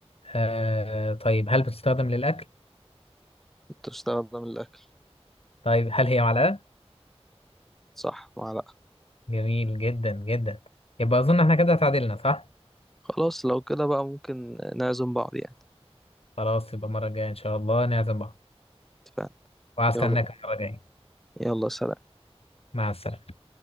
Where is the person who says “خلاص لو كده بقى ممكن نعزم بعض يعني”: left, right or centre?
Centre